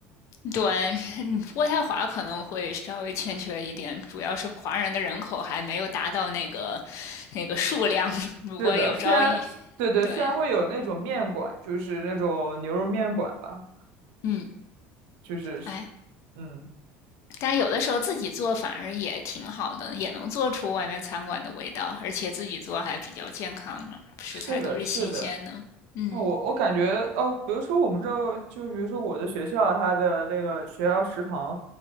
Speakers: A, on the left (about 60°); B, on the right (about 80°).
A: 对，嗯渥太华可能会稍微欠缺一点，主要是华人的人口还没有达到那个那个数量。<laughs> 如果有朝一，
B: 是的，虽然对对，
A: 对，
B: 虽然会有那种面馆，就是那种牛肉面馆吧，
A: 嗯，
B: 就是是，
A: 哎，
B: 嗯，
A: 但有的时候自己做反而也挺好的，也能做出外面餐馆的味道，而且自己做还比较健康啊，食材都是新鲜的。
B: 是的，是的。
A: 嗯，
B: 那我我感觉哦，比如说我们这儿，就比如说我的学校，它的那个学校食堂，